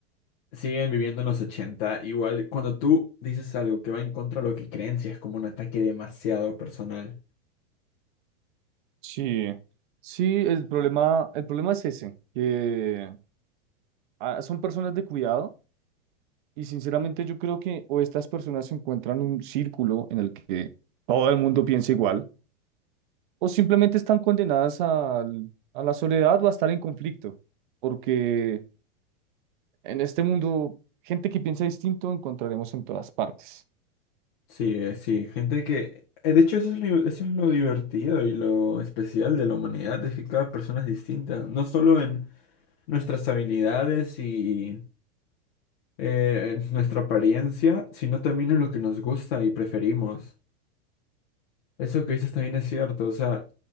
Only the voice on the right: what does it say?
Sí, sí, el problema, el problema es ese, que ah, son personas de cuidado y sinceramente yo creo que o estas personas se encuentran un círculo en el que todo el mundo piensa igual o simplemente están condenadas al- a la soledad o a estar en conflicto, porque en este mundo, gente que piensa distinto encontraremos en todas partes,